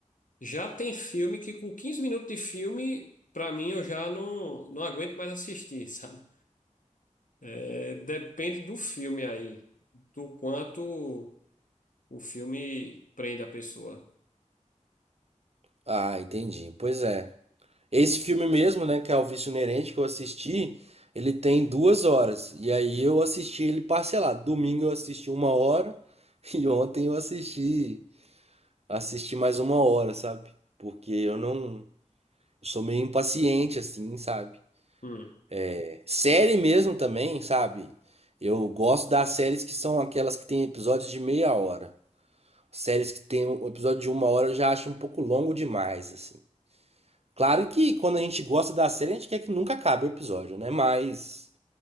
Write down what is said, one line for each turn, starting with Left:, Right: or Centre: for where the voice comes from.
Left: Já tem filme que com 15 minutos de filme, pra mim, eu já não, não aguento mais assistir, <laughs> sabe? É, depende do filme aí, do quanto o filme prende a pessoa.
Right: Ah, entendi. Pois é. Esse filme mesmo, né, que é O Vício Inerente, que eu assisti, ele tem duas horas. E aí eu assisti ele parcelado. Domingo eu assisti uma hora <laughs> e ontem eu assisti, assisti mais uma hora, sabe? Porque eu não, eu sou meio impaciente assim, sabe?
Left: Hum,
Right: É, Série mesmo também, sabe? Eu gosto das séries que são aquelas que tem episódios de meia hora. Séries que tem um episódio de uma hora eu já acho um pouco longo demais, assim. Claro que quando a gente gosta da série, a gente quer que nunca acabe o episódio, né? Mas